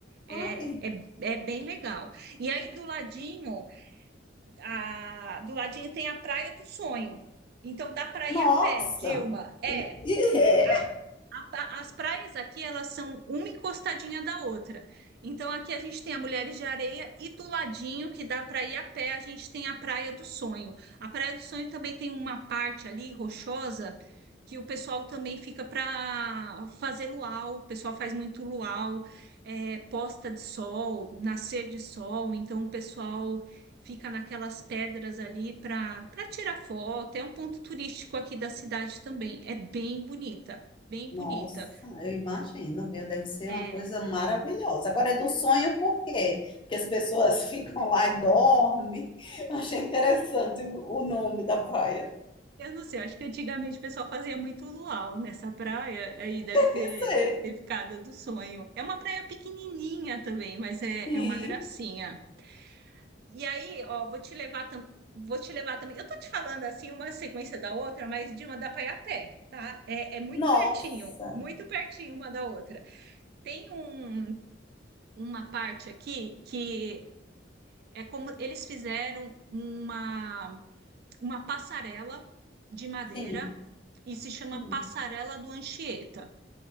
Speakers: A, on the right; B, on the left.
A: É,
B: Ai,
A: é, é bem legal. E aí do ladinho, a, do ladinho tem a Praia do Sonho. Então dá para
B: nossa.
A: ir a pé, Dilma. É,
B: <laughs> É.
A: a- a pa- as praias aqui, elas são uma encostadinha da outra. Então, aqui a gente tem a Mulheres de Areia e do ladinho, que dá para ir a pé, a gente tem a Praia do Sonho. A Praia do Sonho também tem uma parte ali, rochosa, que o pessoal também fica para fazer luau. O pessoal faz muito luau, é, posta de sol, nascer de sol. Então, o pessoal fica naquelas pedras ali para para tirar foto. É um ponto turístico aqui da cidade também. É bem bonita, bem
B: Nossa,
A: bonita.
B: eu imagino, viu? Deve ser
A: É,
B: uma coisa maravilhosa. Agora é do sonho por quê? Porque as pessoas <laughs> ficam lá e dormem. <laughs> Achei interessante o, o nome da
A: eu,
B: praia.
A: eu não sei, acho que antigamente o pessoal fazia muito luau nessa praia, aí deve ter
B: Isso
A: deve
B: é.
A: ter ficado do sonho. É uma praia pequenininha também, mas é,
B: Sim.
A: é uma gracinha. E aí, ó, vou te levar tam- Vou te levar também. Eu tô te falando assim, uma sequência da outra, mas de uma dá pra ir a pé, tá? É, é muito
B: Nossa.
A: pertinho, muito pertinho uma da outra. Tem um, uma parte aqui que é como eles fizeram uma, uma passarela de madeira
B: Sim.
A: e se chama
B: Hum.
A: Passarela do Anchieta.